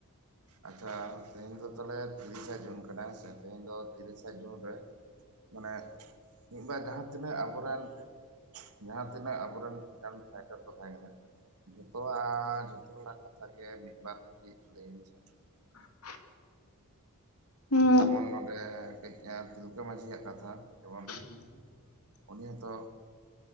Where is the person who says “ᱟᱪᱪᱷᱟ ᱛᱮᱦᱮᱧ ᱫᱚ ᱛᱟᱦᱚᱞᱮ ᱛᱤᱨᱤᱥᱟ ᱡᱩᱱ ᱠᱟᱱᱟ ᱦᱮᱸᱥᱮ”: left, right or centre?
Right